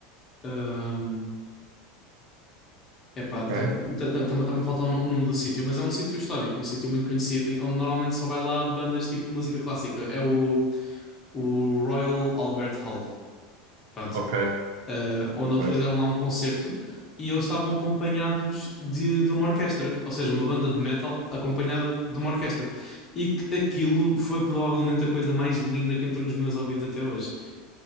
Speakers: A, on the left (about 20°); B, on the right (about 70°).
A: hum, epá,
B: Ok,
A: está-me a faltar o no- o nome do sítio, mas é um sítio histórico, um sítio muito conhecido, em- onde normalmente só vai lá bandas tipo de música clássica. É o, o Royal Albert Hall, pronto,
B: ok,
A: eh, onde
B: ok,
A: eles fizeram lá um concerto e eles estavam acompanhados de, de uma orquestra, ou seja, uma banda de metal acompanhada de uma orquestra. E que aquilo foi provavelmente a coisa mais linda que entrou nos meus ouvidos até hoje.